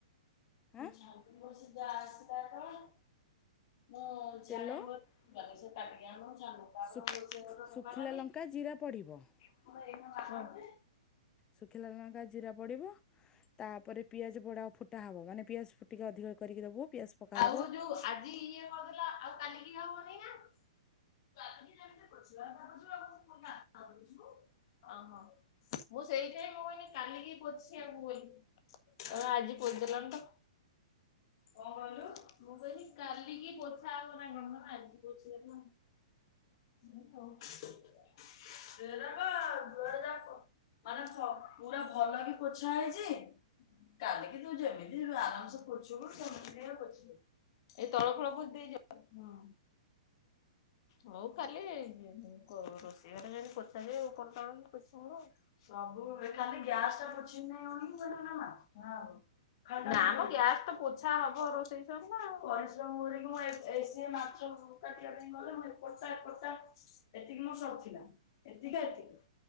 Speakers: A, on the left; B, on the left.
A: <inaudible>
B: ଆଁ
A: <unintelligible>
B: ତେଲ ଶୁଖ୍
A: ରୋଷେଇ ଘର ସଫା
B: ଶୁଖିଲା
A: କଲି।
B: ଲଙ୍କା ଜିରା ପଡ଼ିବ।
A: <unintelligible>
B: ଶୁଖିଲା ଲଙ୍କା ଜିରା ପଡିବ ତାପରେ ପିଆଜ ବଡା ଫୁଟା ହବ ମାନେ ପିଆଜ ଫୁଟିକେ ଅଧିକ କରିକି ଦବୁ ପିଆଜ ପକା
A: ଆଉ
B: ହବ
A: ଯୋଉ ଆଜି ଇଏ କରିଦେଲା ଆଉ କାଲିକି ହବନି ନା? <unintelligible> ଅ ହ ମୁଁ ସେଇଥି ପାଇଁ ମୁଁ କହିନି କାଲିକି ପୋଛି ଆଣିବୁ ବୋଲି। <unintelligible> ଆଜି ପୋଦେଲଣି ତ କଣ କହିଲୁ, ମୁଁ କହିଲି କାଲିକି ପୋଛା ହବ ନା କଣ ଆଜି ପୋଛି ଦେଲୁ <inaudible> ହେରାକ ଦୁଆର ଯାକ ମାନେ <unintelligible> ପୁରା ଭଲ କି ପୋଛା ହେଇଛି କାଲିକି ତୁ ଯେମିତି ଆରାମ୍ ସେ ପୋଷିବୁ ସେମିତି ଟିକେ ପୋଛି ଦେଲୁ। ତଳ ଫଳ ପୋଛିଦେଇଛ? ହଁ। ହଉ କାଲି କ ରୋଷେଇ ଘରେ ଯେମିତି ପୋଛାଯିବ, ଉପର ତଳ କି ପୋଛା ଯିବ ଆଉ। ସବୁ <unintelligible> ଖାଲି ଗ୍ୟାସ ଟା ପୋଛିନି ନାଣ <unintelligible> ଆଉ ନାଁ ମ ଗ୍ୟାସ୍ ତ ପୋଛା ହବ ରୋଷେଇ ସରିନେ ଆଉ, ପରିଶ୍ରମ କରିକି ମୁଁ ଏ ସିଏ ମାଛ କାଟିବା ପାଇଁ ଗଲେ ମୁଁ ଏପଟା ଏପଟା ଏତିକି ମୋ ସରଥିଲା ଏତିକି ଏତିକି।